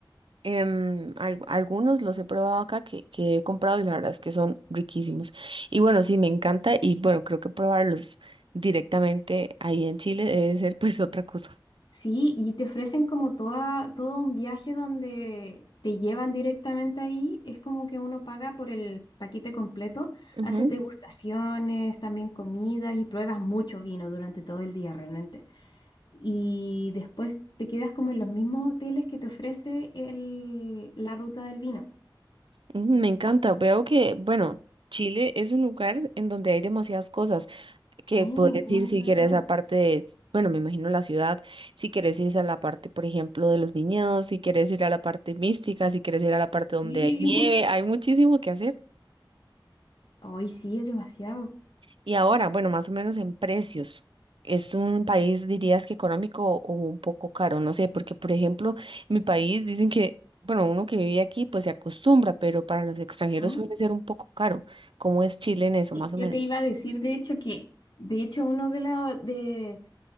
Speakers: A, on the right; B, on the left.
A: em, al- algunos los he probado acá que, que he comprado y la verdad es que son riquísimos. Y bueno, sí, me encanta y bueno, creo que probarlos directamente ahí en Chile debe ser pues otra cosa.
B: Sí, y te ofrecen como toda, todo un viaje donde te llevan directamente ahí. Es como que uno paga por el paquete completo.
A: Ujú,
B: Haces degustaciones, también comidas y pruebas mucho vino durante todo el día realmente. Y después te quedas como en los mismos hoteles que te ofrece el- la ruta del vino.
A: ujú, me encanta. Veo que, bueno, Chile es un lugar en donde hay demasiadas cosas
B: Sí,
A: que puedes
B: muy
A: ir si
B: variado.
A: quieres a parte de, bueno, me imagino la ciudad, si quieres ir a la parte, por ejemplo, de los viñedos, si quieres ir a la parte mística, si quieres ir a la parte donde
B: Sí.
A: hay nieve,
B: <laughs>
A: hay muchísimo que hacer.
B: Hoy sí, es demasiado.
A: Y ahora, bueno, más o menos en precios. Es un país, dirías que económico o un poco caro, no sé, porque por ejemplo, mi país dicen que, bueno, uno que vive aquí pues se acostumbra, pero para los extranjeros
B: ¿Mm?
A: suele ser un poco caro. ¿Cómo es Chile en
B: Sí,
A: eso, más o
B: yo
A: menos?
B: te iba a decir, de hecho, que de hecho uno de los de